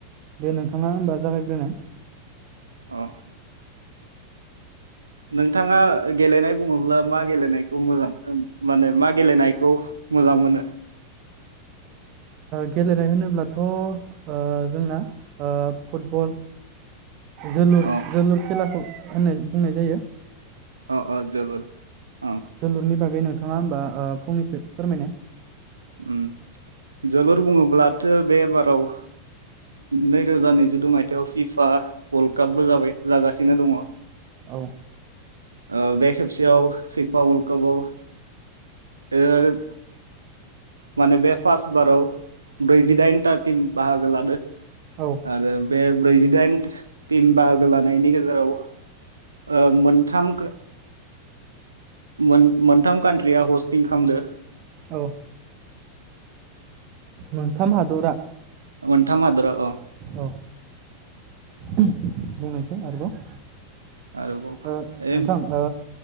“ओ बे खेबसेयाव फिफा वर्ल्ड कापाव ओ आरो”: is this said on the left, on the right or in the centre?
Right